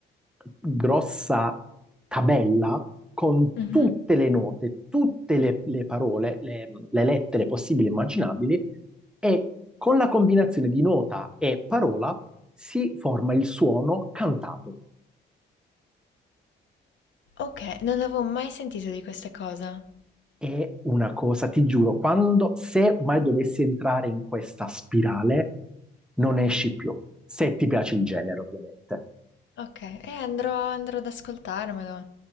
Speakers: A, in the centre; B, on the left.
A: grossa tabella con
B: Mh-mh.
A: tutte le note, tutte le, le parole, le, le lettere possibili e immaginabili, e con la combinazione di nota e parola si forma il suono cantato.
B: Okay, non avevo mai sentito di questa cosa.
A: È una cosa, ti giuro, quando se mai dovessi entrare in questa spirale, non esci più, se ti piace il genere, ovviamente.
B: Okay, eh, andrò andrò ad ascoltarmelo.